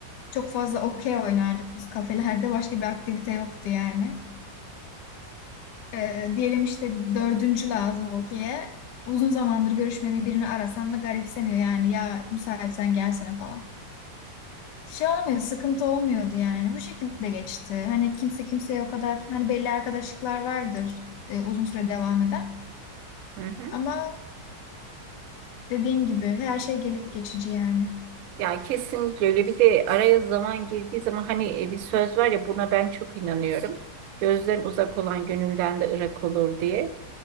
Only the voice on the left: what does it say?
çok fazla okey oynardık biz kafelerde. Başka bir aktivite yoktu yani. Ee, diyelim işte dördüncü lazım okey'e. Uzun zamandır görüşmediğim birini arasam da garipsemiyor yani. Ya müsaitsen gelsene falan. Şey olmuyor, sıkıntı olmuyordu yani. Bu şekilde geçti. Hani kimse kimseye o kadar hani belli arkadaşlıklar vardır e, uzun süre devam eden.
Ama Dediğim gibi her şey gelip geçici yani.